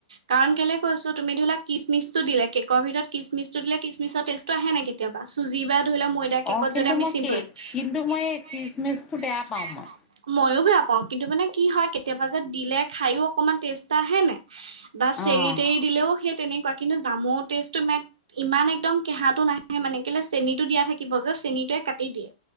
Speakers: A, on the right; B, on the left.
A: কাৰণ কেলে কৈছো তুমি ধৰি লোৱা কিচমিচটো দিলে, কেকৰ ভিতৰত কিচমিচটো দিলে কিচমিচৰ টেষ্টটো আহে নে কেতিয়াব চুজি বা ধৰি লও ম দিয়া কেকত
B: অ কিন্তু
A: যদি আমি
B: মই
A: চিম্পুল
B: কি
A: <unintelligible>
B: কিন্তু মই এই খিচমিচটো বেয়া পাওঁ মই
A: ময়ো বেয়া পাওঁ কিন্তু মানে কি হয় কেতিয়াবা যে দিলে খাইয়ো অকণমান টেষ্ট আহে নে বা চেৰি
B: অ
A: তেৰি দিলেও সেই তেনেকুৱা কিন্তু জামু টেষ্টটো মে ইমান একদম কেহাটো নাহে মানে কেলৈ চেনীটো দিয়া থাকিব যে চেনীটোৱে কাটি দিয়ে।